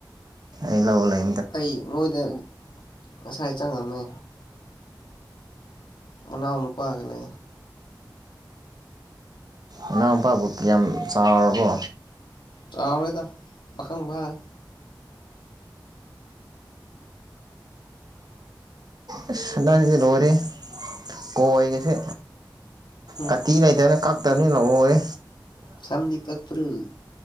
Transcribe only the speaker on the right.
ꯑ ꯂꯧ ꯂꯩ
ꯑꯅꯥꯎ ꯅꯨꯄꯥꯕꯨ ꯀꯌꯥꯝ ꯆꯥꯎꯔꯕꯣ
ꯑ ꯁꯟꯗꯁꯤ ꯂꯣꯏꯔꯦ ꯀꯣꯏꯒꯁꯦ
ꯀꯠꯇꯤ ꯂꯩꯇꯅ ꯀꯛ ꯇꯅꯤ ꯂꯧꯉꯦ